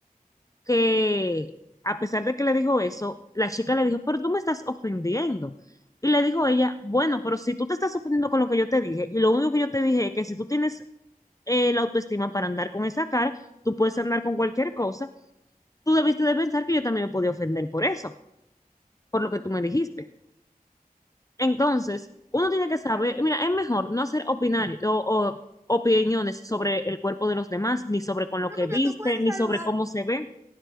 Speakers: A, on the left (about 20°); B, on the right (about 15°).
A: que a pesar de que le dijo eso, la chica le dijo, pero tú me estás ofendiendo. Y le dijo ella, bueno, pero si tú te estás ofendiendo con lo que yo te dije, y lo único que yo te dije es que si tú tienes eh, la autoestima para andar con esa cara, tú puedes andar con cualquier cosa, tú debiste de pensar que yo también me podía ofender por eso, por lo que tú me dijiste. Entonces, uno tiene que saber,
B: Claro.
A: mira, es mejor no hacer opinar o, o opiniones sobre el cuerpo de los demás, ni sobre con
B: No,
A: lo que
B: porque
A: viste,
B: tú puedes
A: ni
B: saludar.
A: sobre cómo se ve,